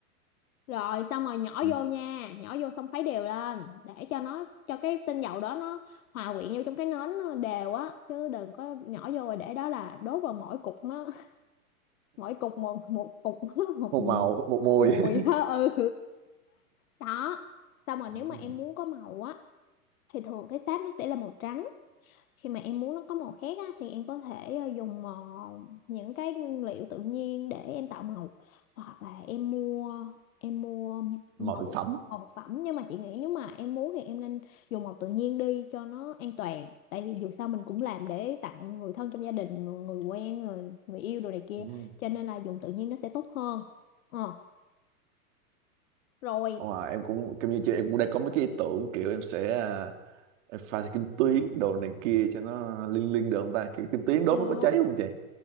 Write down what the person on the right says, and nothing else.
ừ.
Một màu, một mùi.
<laughs>
Ừ.
Màu
thực phẩm.
Ừ.
Ờ, em cũng kiểu như chị em cũng đang có mấy cái ý tưởng kiểu em sẽ à, em pha thêm kim tuyến đồ này kia cho nó liên liên được không ta? Kiểu kim tuyến đốt
nó có cháy không chị?